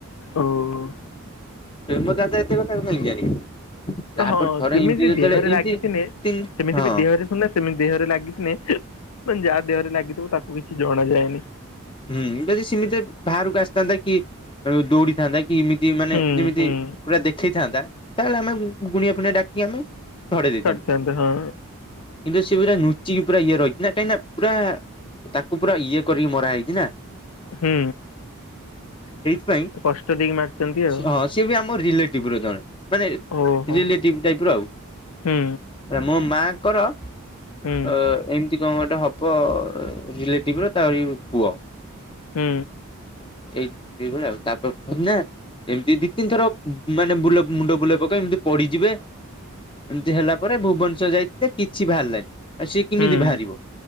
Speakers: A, on the left (about 80°); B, on the left (about 25°).
A: ଓ ହୋ।
B: ମୋ ଦାଦା ଏତେ କଥା କେମିତି ଜାଣିବେ। ତାପରେ
A: ହଁ
B: ଥରେ
A: ସେମିତି
B: ଏମିତି ଯେତେବେଳେ
A: ଦେହରେ
B: ଏମିତି
A: ଲାଗିଥିଲେେ
B: ତିନି
A: ସେମିତି
B: ହଁ
A: ବି ଦେହରେ ଶୁନ ସେମିତି ଦେହରେ ଲାଗିଥିନେ ମାନେ ଯାହା ଦେହରେ ଲାଗିଥିବ ତାକୁ କିଛି ଜଣା ଯାଏନି।
B: ହୁଁ ଯଦି ସେମିତି ବାହାରକୁ ଆସିଥାନ୍ତା କି ଦୌଡିଥାନ୍ତା କି ଏମିତି ମାନେ
A: ହୁଁ
B: ଯେମିତି
A: ହୁଁ
B: ପୁରା ଦେଖେଇଥାନ୍ତା, ତାହେଲେ ଆମେ ଗୁଣିଆ ଫୁଣିଆ ଡାକି ଆମେ ଝଡେଇ ଦେଇଥାନ୍ତୁ।
A: କରିଥାନ୍ତେ ହଁ
B: କିନ୍ତୁ ସେ ପୁରା ଲୁଚିକି ପୁରା ଇଏ ରହିଛି ନା କାହିଁକିନା ପୁରା ତାକୁ ପୁରା ଇଏ କରିକି ମରା ହେଇ ଛିନା।
A: ହୁଁ।
B: ସେଇଥିପାଇଁ
A: କଷ୍ଟ ଦେଇକି ମାରିଛନ୍ତି ଆଉ
B: ହଁ ସିଏ ବି ଆମ ରିଲେଟିଭ ର ଜଣେ। ମାନେ
A: ଓହୋ
B: ରିଲେଟିଭ ଟାଇପ ର ଆଉ
A: ହୁଁ
B: ମୋ ମା ଙ୍କର
A: ହୁଁ
B: ଅ ଏମିତି କଣ ଗୋଟେ ହବ ରିଲେଟିଭ ର ତାରି ପୁଅ।
A: ହୁଁ।
B: ଏଇ ଏଇବଳି ଆଉ ତାପରେ କୁହନ୍ତି ନା ଏମିତି ଦି ତିନି ଥର ମାନେ ବୁଲ ମୁଣ୍ଡ ବୁଲେଇ ପକେଇ ଏମିତି ପଡିଯିବେ ଏମିତି ହେଲା ପରେ ଭୁବନେଶ୍ଵର ଯାଇଥିଲେ କିଛି ବାହାରିଲାନି। ସିଏ କିମିତି
A: ହୁଁ
B: ବାହାରିବ